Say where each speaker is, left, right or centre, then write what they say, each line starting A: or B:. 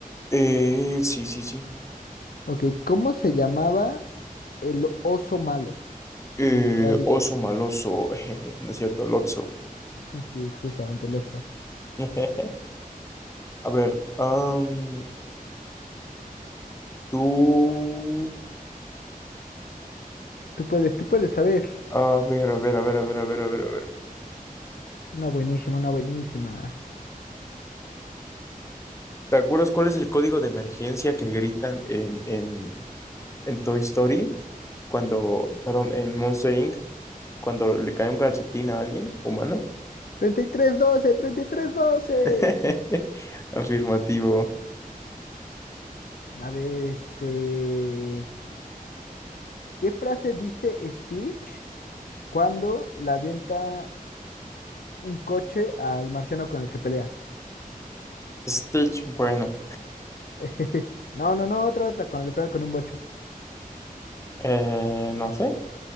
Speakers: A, on the left (about 20°); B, on the left (about 90°).
A: Eh, sí, sí, sí.
B: Ok, ¿cómo se llamaba el oso malo?
A: Eh,
B: El moradito.
A: oso maloso. <laughs> Jeje, No es cierto, Lotso.
B: <laughs> Sí, justamente el oso.
A: <laughs> A ver, am, tú.
B: Tú puedes, tú puedes saber.
A: A ver, a ver, a ver, a ver, a ver, a ver, a ver.
B: Una buenísima, una buenísima.
A: ¿Te acuerdas cuál es el código de emergencia que gritan en, en, en Toy Story, cuando, perdón, en Monster Inc., cuando le cae un calcetín a alguien humana.
B: treinta y tres doce treinta y tres doce
A: <laughs> Afirmativo.
B: A ver, este... ¿Qué frase dice Stitch? cuando la avienta un coche al marciano con el que pelea.
A: Stitch, bueno,
B: <laughs> No, no, no, otra, otra, cuando le pega con un bocho.
A: eh, no sé.